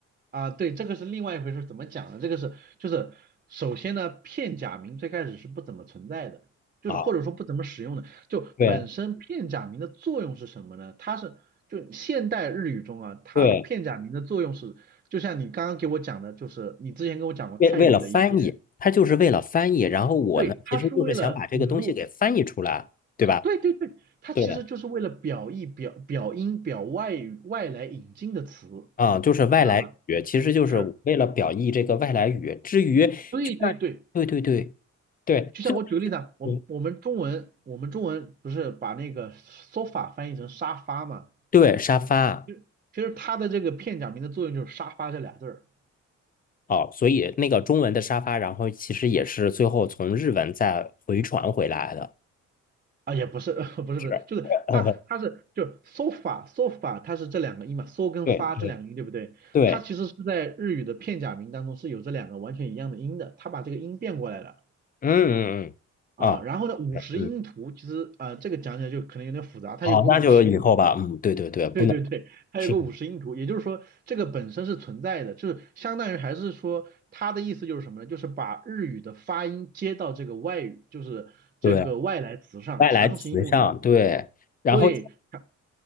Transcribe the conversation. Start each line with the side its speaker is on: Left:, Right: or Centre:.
Right: 啊，对，这个是另外一回事，怎么讲呢？这个是就是首先呢，片假名最开始是不怎么存在的，就是或者说不怎么使用的。
Left: 啊。
Right: 就本身片假名的作用是什么呢？
Left: 对
Right: 它是就现代日语中啊，它的片假名的作用是，
Left: 对，
Right: 就像你刚刚给我讲的，就是你之前跟我讲过泰语的一些，
Left: 为为了翻译，它就是为了翻译。然后我呢，
Right: 对，它是为了引入。
Left: 其实就是想把这个东西给翻译出来，对吧？
Right: 对对对，它其实就是为了表意、
Left: 对
Right: 表表音、表外语外来引进的词，
Left: 啊，就是外来语，
Right: 你知道吗？
Left: 其实就是为了表意这个外来语。
Right: 是，
Left: 至于就像对对对
Right: 对对对，
Left: 对，
Right: 就像我举个例子啊，
Left: 就是
Right: 我我们中文我们中文不是把那个 sofa 翻译成沙发嘛？
Left: 对沙发
Right: 就其实它的这个片假名的作用就是沙发这俩字儿
Left: 哦，所以那个中文的沙发，然后其实也是最后从日文再回传回来的。
Right: 啊，也不是 <laughs> 不是不是，
Left: 是，
Right: 就是它它是就是
Left: <laughs>
Right: sofa sofa 它是这两个音嘛，so 跟发这两个音对不对？
Left: 对对对，
Right: 它其实是在日语的片假名当中是有这两个完全一样的音的，它把这个音变过来了。
Left: 嗯嗯嗯，
Right: 啊、
Left: 啊，
Right: 然后呢，五十音图其实啊，
Left: 是嗯，
Right: 这个讲起来就可能有点复杂，它有个五十音，
Left: 好，那就以后吧，嗯，对对对，不能
Right: 对对对，它有个五十音图，
Left: 是，
Right: 也就是说这个本身是存在的，就是相当于还是说它的意思就是什么呢？就是把日语的发音接到这个外语，就是这个外来词上，
Left: 对，外来词上，
Right: 强行用日，
Left: 对，然后。
Right: 对，强